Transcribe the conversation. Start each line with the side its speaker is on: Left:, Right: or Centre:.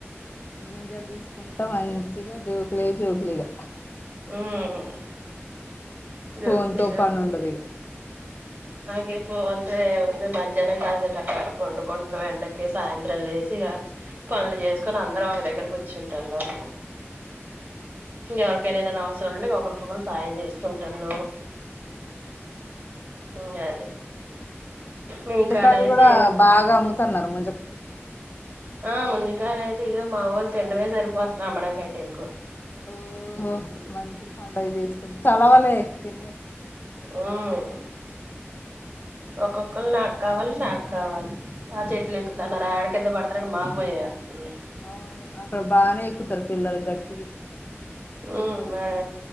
Left: గింజలు తీసుకుంటే మంచిగా జోకులే జోకులిగా
Right: హ్మ్ జోకులే
Left: ఫోన్ తో
Right: జోకు
Left: పని ఉండదు ఇగ
Right: గే పో అంత వ మధ్యాహ్నం కాస చక్కట బండుకుంటున్నావ్ ఎండకి సాయంత్రం లేేసి గ పనులు చేసుకొని అందరం ఒక దగ్గర కుచ్చుంటాన్నం ఇంకెవరికయినా ఏదైనా అవసరాలు ఉంటే ఒకరికొకరు సాయం చేసుకుంట రు ఉమ్ అదే మీ
Left: ముంతకాయలు
Right: కాడయితే
Left: కూడా బాగా అమ్ముతున్నారు ము
Right: ఆ ముంజుకాయలు గ మా వొళ్ళు తినడమే సరిపోతుంది అమ్మడం కంటే ఎక్కువ
Left: ఓహో మంచి పండగ చేసుకుంట చలవలే పిన్ని
Right: ఉమ్ ఒక్కొక్కళ్ళు నాకు కావాలి నాకు కావాలి ఆ చెట్లు ఎక్కుతాన్నార యాడ కింద పడతారని మాకు భయమెత్తుంది
Left: అవును అక్కడ బాగానే ఎక్కుతారు పిల్లలు గట్టిగా
Right: ఉమ్ మేరే